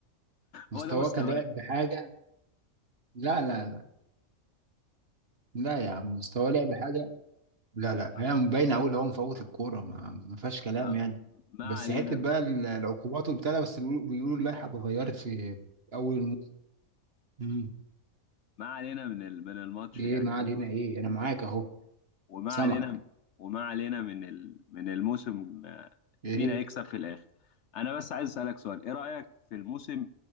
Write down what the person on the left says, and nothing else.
هو ده مستواه
طب
طب
ما
علينا
من
ما علينا من ال- من الماتش
يعني
وما
وما
علينا وما علينا من ال من الموسم آه،
مين هيكسب في الاخر انا بس عايز اسالك سؤال ايه رايك في الموسم